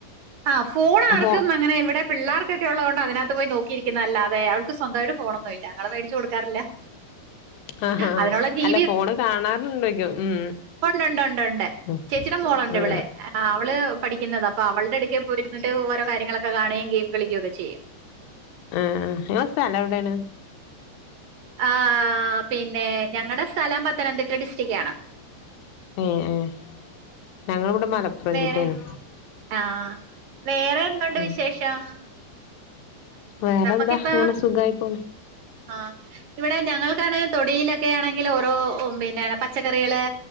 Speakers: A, on the right; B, on the left.
A: ആ ഫോൺ ആർക്
B: ഫോ
A: ക്കും അങ്ങനെ ഇവിടെ പിള്ളാർക്കൊക്കെ ഉള്ളോണ്ട് അതിനാത്ത് പോയി നോക് ഇരിക്കുന്നതല്ലാതെ അവൾക്ക് സ്വന്തായിട്ട് ഫോണൊന്നും ഇല്ല. ഞങ്ങള് മേടിച്ചു കൊടുക്കാറില്ല.
B: ആഹ് ആഹ് ഹാ
A: അതിനോളം ടി
B: അല്ല ഫോണ് കാണാറ് <unintelligible> ഉം
A: ഒണ്ടൊണ്ടൊണ്ടൊണ്ട്.
B: ഉം ആ
A: ചേച്ചിയുടെ മോളൊണ്ട് ഇവിളെ. ആഹ് അവള് പഠിക്കുന്നതാ. അപ്പൊ അവളുടെ അടുക്കെ പോയിരുന്നിട്ട് ഓരോ കാര്യങ്ങളൊക്കെ കാണുകയും ഗെയിം കളിക്കുക ഒക്കെ ചെയ്യും.
B: ആഹ് ആഹ് നിങ്ങളെ സ്ഥലം എവിടെയാണ്?
A: ആഹ് പിന്നെ ഞങ്ങളടെ സ്ഥലം പത്തനംതിട്ട ഡിസ്ട്രിക്റ്റ് ആണ്.
B: ഏഹ് ഏഹ് ഞങ്ങളിവിടെ മലപ്പുറം
A: വേറെ
B: ജില്ലയാണ്.
A: ആഹ് വേറെ എന്തൊണ്ട്
B: ഉം
A: വിശേഷം?
B: വേറെന്താ
A: നമ്മക്കിപ്പ
B: ഇങ്ങനെ സുഖായി പോണ്
A: ആഹ് ഇവിടെ ഞങ്ങക്കാണേ തൊടിയിലൊക്കെ ആണെങ്കിൽ ഓരോ പിന്നെ പച്ചക്കറികള്